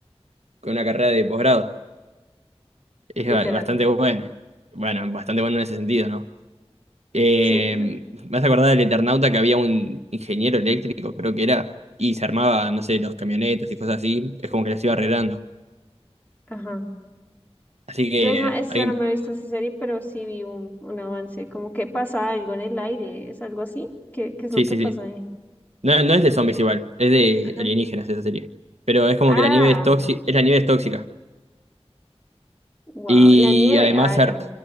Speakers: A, on the right; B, on the left.
A: con una carrera de posgrado. Es
B: literal.
A: ba- bastante bueno. Bueno, bastante bueno en ese sentido, ¿no? Eh,
B: Sí, claro.
A: ¿me vas a acordar del Eternauta que había un ingeniero eléctrico, creo que era, y se armaba, no sé, los camionetas y cosas así? Es como que las iba arreglando.
B: Ajá.
A: Así que,
B: Yo esa, esa
A: alguien...
B: no me he visto esa serie, pero sí vi un, un avance, como que pasa algo en el aire, ¿es algo así? ¿Qué, qué es
A: sí,
B: lo que
A: sí,
B: pasa
A: sí.
B: ahí?
A: No, no es de zombies igual, es de
B: Ajá.
A: alienígenas esa serie. Pero es como
B: Ah,
A: que la nieve es tóxica, es la nieve es tóxica.
B: wow,
A: Y
B: la nieve,
A: además
B: ah,
A: se,
B: ya,
A: ar-